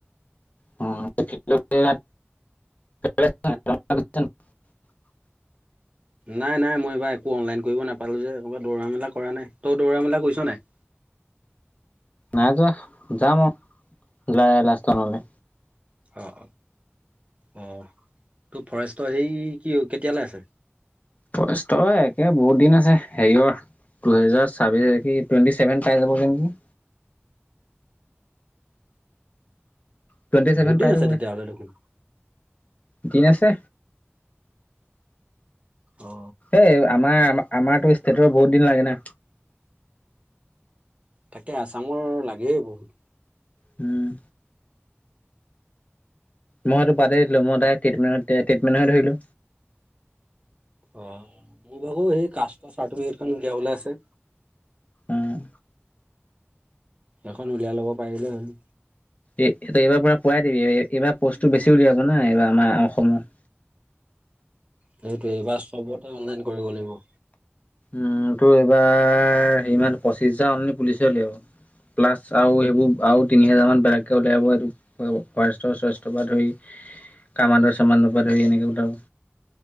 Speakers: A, on the left; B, on the right.
A: অ' <unintelligible> <unintelligible>
B: নাই, নাই মই এইবাৰ একো অনলাইন কৰিব নাপালো যে ক'ব দৌৰা মেলা কৰা নাই তই দৌৰা মেলা কৰিছ নাই।
A: নাই যোৱা যাম অ', ওলাই লাষ্টনলৈ
B: অ', অ', অ', তোৰ ফৰেষ্টৰ সেই কি কেতিয়ালৈ আছে?
A: ফৰেষ্টৰ একে বহুত দিন আছে হেৰিৰ দুহেজাৰ ছাব্বিশ টুৱেণ্টি চছেভেন পাই যাবগে নেকি। টুৱেণ্টি
B: বহুত
A: ছেভেন
B: দিন
A: পাই
B: আছে
A: যাবগৈ
B: তেতিয়াহ'লে দেখোন।
A: দিন আছে।
B: অ
A: এইেই আমাৰ আমাৰতো ষ্টেটৰ বহুত দিন লাগে না।
B: তাকে আছামৰ লাগে বহুত।
A: হম। মইতো বাদতেই দিলো মই তাই টেমেণ্ট ট্ৰিটমেন্টে ধৰিলো।
B: অ', মোৰ ভাগো সেই কাস্টৰ চাৰ্টিফিকেট উলিয়াবলৈ আছে।
A: উম।
B: এখন উলিয়াই ল'ব পাৰিলে হ'ল।
A: এ-এই এইবাৰ পৰা পোৱাই দিবি, এইবাৰ পষ্টটো বেছি উলিয়াব না এইবাৰ আমাৰ অসমৰ।
B: সেইটোয়ে, এইবাৰ চবতে অনলাইন কৰিব লাগিব।
A: উম, তোৰ এইবাৰ হেৰিমান পঁচিছ হাজাৰ অলনি পুলিচে উলিয়াব। প্লাছ আৰু সেইবোৰ আৰু তিনি হাজাৰমান বেলেগকে উওলিয়াব, এই ফৰেষ্ট শষ্টৰ পৰা ধৰি কামাণ্ডো চামাণ্ডৰপৰা ধৰি এনেকে ধৰ